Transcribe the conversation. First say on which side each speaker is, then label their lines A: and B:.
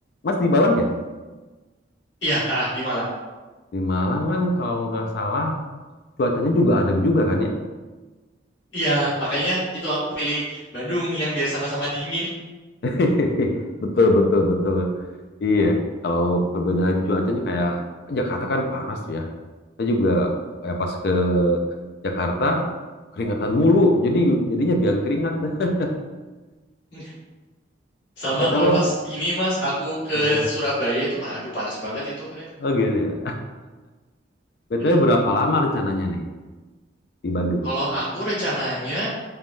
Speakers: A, on the left; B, on the left.
A: Mas di Malang ya?
B: Iya, ah, di Malang.
A: Di Malang kan kalau nggak salah cuacanya juga adem juga kan ya?
B: Iya, makanya itu aku pilih Bandung yang biar sama-sama dingin.
A: <laughs> Betul, betul, betul. Iya, kalau perbedaan cuacanya kayak Jakarta kan panas tuh ya. Saya juga ya pas ke Jakarta keringetan mulu, jadi jadinya biang keringat deh.
B: <laughs> Sama
A: BTW,
B: kalau
A: eh,
B: pas ini Mas, aku ke Surabaya itu mah aduh panas banget itu. Udah,
A: <laughs> oh gitu ya. BTW
B: udah.
A: berapa lama rencananya nih di Bandung?
B: Kalau aku rencananya